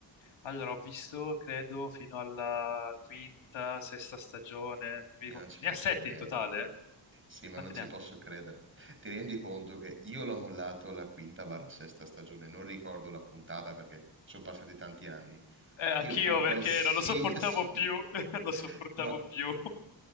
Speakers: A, on the left; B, on the right.
A: Allora, ho visto, credo, fino alla quinta, sesta stagione. Vi
B: Io
A: dico-
B: non ci
A: ne
B: posso
A: ha sette
B: credere.
A: in totale?
B: Sì, ma
A: Quanti
B: non ci
A: ne ha?
B: posso credere. Ti rendi conto che io l'ho mollato alla quinta barra sesta stagione, non ricordo la puntata perché sono passati tanti anni.
A: Eh, anch'io
B: Io con
A: perché
B: qualsiasi...
A: non lo sopportavo più, <laughs> lo
B: <laughs>
A: sopportavo
B: Ma
A: più. <laughs>